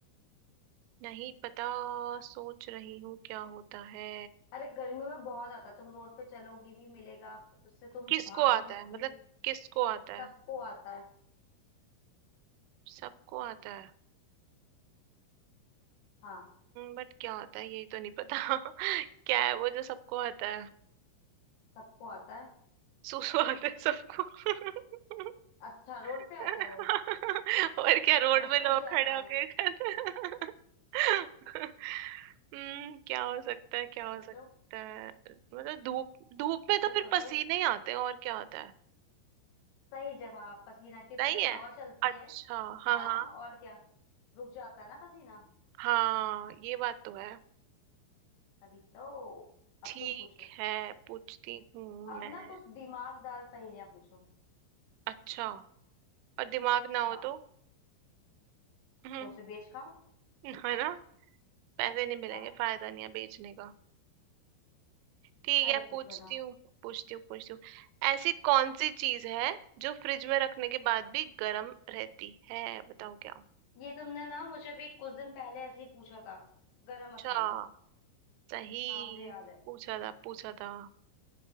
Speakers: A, on the right; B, on the left.
A: नहीं पता सोच रही हूँ क्या होता है
B: अरे गर्मियों में बहुत आता है तुम रोड पे चलोगी भी मिलेगा उससे तुम
A: किसको
B: भाग
A: आता
B: नहीं सकती
A: है मतलब किसको आता है
B: सबको आता है
A: सबको आता है
B: हाँ
A: बट क्या आता है यही तो नहीं पता <laughs> क्या है वो जो सबको आता है
B: सबको आता है
A: सूसू आता है सबको <laughs>
B: अच्छा रोड
A: <laughs>
B: पे आता है वो
A: और क्या रोड
B: और वो सूख
A: पे लोग
B: जाता
A: खड़े होके
B: है
A: कर- <laughs> हम्म क्या हो सकता है क्या हो
B: सोचो
A: सकता है मतलब धूप धूप
B: सोचो
A: में तो फिर
B: सोचो
A: पसीने ही आते हैं और क्या होता है
B: सही जवाब पसीना क्योंकि
A: सही
B: जब
A: है
B: हवा चलती
A: अच्छा
B: है
A: हाँ
B: हाँ
A: हाँ
B: और क्या रुक जाता है ना पसीना
A: हाँ ये बात तो है
B: तभी तो अब
A: ठीक
B: तुम पूछो
A: है पूछती हूँ
B: अब
A: मैं
B: ना कुछ दिमागदार पहेलियां पूछो
A: अच्छा और दिमाग ना
B: हाँ
A: हो तो <laughs> हम्म,
B: तो उसे बेच खाओ
A: है ना पैसे नहीं मिलेंगे
B: हाँ
A: फायदा नहीं है बेचने का ठीक
B: अरे
A: है
B: पूछो
A: पूछती
B: ना
A: हूँ पूछती हूँ पूछती हूँ ऐसी कौन सी चीज है जो फ्रिज में रखने के बाद भी गर्म रहती है बताओ क्या
B: ये तुमने ना मुझे भी कुछ दिन पहले ऐसे ही पूछा था गरम
A: अच्छा
B: मसाला
A: सही
B: हाँ मुझे याद है
A: पूछा था पूछा था